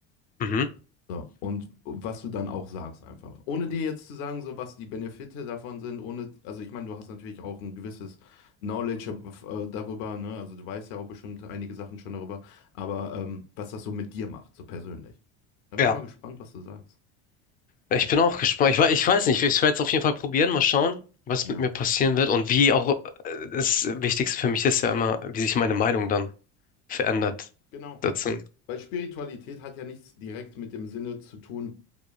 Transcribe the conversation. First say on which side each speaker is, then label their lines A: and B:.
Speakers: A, on the left; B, on the left.
A: Mhm.
B: So, und was du dann auch sagst einfach. Ohne dir jetzt zu sagen, so was die Benefite davon sind, ohne, also ich meine, du hast natürlich auch ein gewisses Knowledge äh, darüber, ne? Also du weißt ja auch bestimmt einige Sachen schon darüber, aber ähm, was das so mit dir macht, so persönlich. Da bin
A: Ja,
B: ich mal gespannt, was du sagst.
A: ich bin auch gespannt. Ich, wei- ich weiß nicht, ich werde es auf jeden Fall probieren, mal schauen, was
B: Ja.
A: mit mir passieren wird und wie auch äh, das Wichtigste für mich ist ja immer, wie sich meine Meinung dann verändert
B: Ge- Genau.
A: dazu.
B: Weil Spiritualität hat ja nichts direkt mit dem Sinne zu tun,